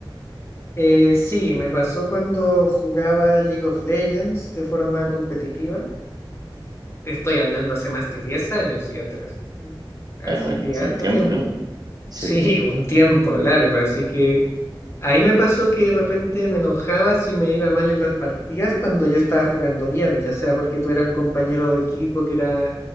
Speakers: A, on the left; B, on the right.
A: Eh, sí, me pasó cuando jugaba League of Legends de forma competitiva. Te Estoy hablando hace más de 10 años y atrás. Mm. Así
B: Eh, bueno,
A: que
B: hace
A: harto
B: un tiempo,
A: tiempo.
B: ¿no? Sí.
A: Sí, <laughs> un tiempo largo. Así que ahí me pasó que de repente me enojaba si me iba mal en las partidas cuando yo estaba jugando bien, ya sea porque tú eras un compañero de equipo que era